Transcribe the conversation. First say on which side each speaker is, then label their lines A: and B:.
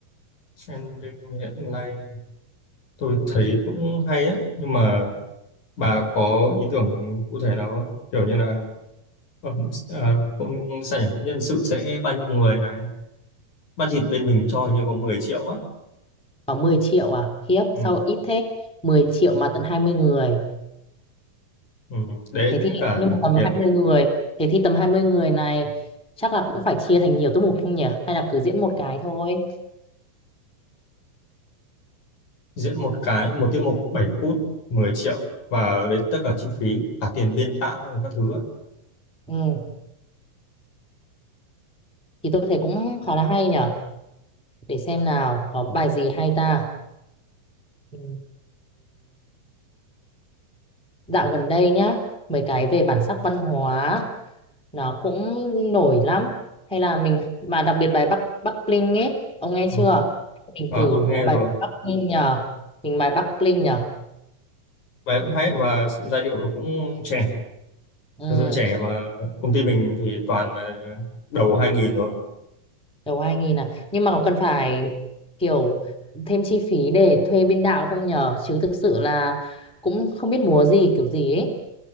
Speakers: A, on the left; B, in the centre.
A: Trending hiện nay tôi
B: Ừ,
A: thấy cũng hay á, nhưng mà bà có ý tưởng cụ thể nào không? Kiểu như là ờ, à, cũng sao nhỉ? Nhân sự sẽ bao nhiêu người này? Budget bên mình cho hình như có 10 triệu á.
B: có 10 triệu à? Khiếp,
A: Ừ,
B: sao ít thế? mười triệu mà tận 20 người.
A: ừ. Đấy,
B: Thế thì
A: tính cả
B: nhưng mà tầm
A: tiền
B: 20 người. Thế thì tầm 20 người này chắc là cũng phải chia thành nhiều tiết mục không nhỉ? Hay là cứ diễn một cái thôi?
A: diễn một cái, một tiết mục 7 phút, 10 triệu. Và đấy tất cả chi phí, cả tiền biên đạo, các thứ á.
B: Ừ, thì tôi thấy cũng khá là hay nhở. Để xem nào, có bài gì hay ta? Ừ, Dạo gần đây nhá, mấy cái về bản sắc văn hóa nó cũng nổi lắm. Hay là mình mà đặc biệt bài Bắc Bắc Bling ấy, ông nghe
A: Ừ.
B: chưa? Mình
A: Ờ,
B: thử
A: tôi
B: múa
A: cũng nghe
B: bài
A: rồi
B: Bắc Bling nhờ. Mình bài Bắc Bling nhờ.
A: bài cũng hay và giai điệu nó cũng trẻ
B: Ừ,
A: thật sự trẻ mà công ty mình thì toàn là đầu 2000 rồi
B: đầu 2000 à. Nhưng mà có cần phải kiểu thêm chi phí để thuê biên đạo không nhờ? Chứ thực sự là cũng không biết múa gì kiểu gì ấy.